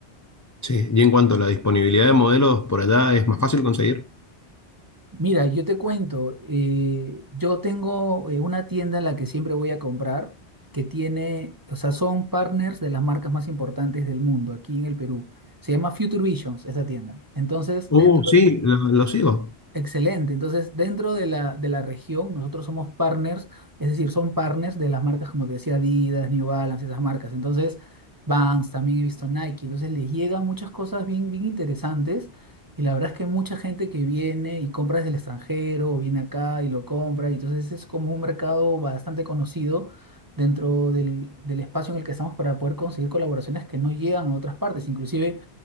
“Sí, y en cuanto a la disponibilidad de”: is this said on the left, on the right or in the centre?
Left